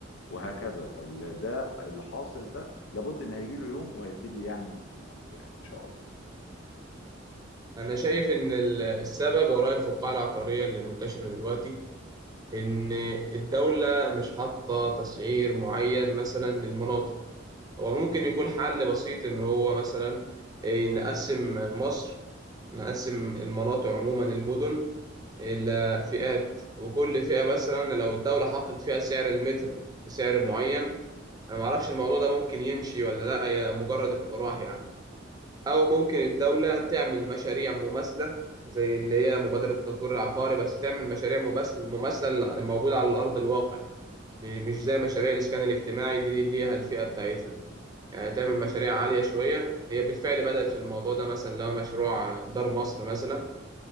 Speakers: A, on the left (about 85°); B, on the right (about 20°).
A: وهكذا فده اللي حاصل ده لابد ان هيجي له يوم وهيبتدي يعني يفك يعني ان شاء الله
B: أنا شايف إن ال- السبب وراء الفقاعة العقارية اللي منتشرة دلوقتي إن الدولة مش حاطة تسعير معين مثلا للمناطق هو ممكن يكون حل بسيط إن هو مثلا إيه، نقسم مصر نقسم المناطق عموما المدن إلى فئات وكل فئة مثلا لو الدولة حطت فيها سعر المتر بسعر معين أنا معرفش الموضوع ده ممكن يمشي ولا لأ هي مجرد اقتراح يعني أو ممكن الدولة تعمل مشاريع مماثلة زي اللي هي مبادرة التطوير العقاري بس تعمل مشاريع مباس- مماثلة موجودة على أرض الواقع م- مش زي مشاريع الإسكان الاجتماعي دي اللي ليها الفئة بتاعتها يعني تعمل مشاريع عالية شوية هي بالفعل بدأت في الموضوع ده مثلا لو مشروع دار مصر مثلا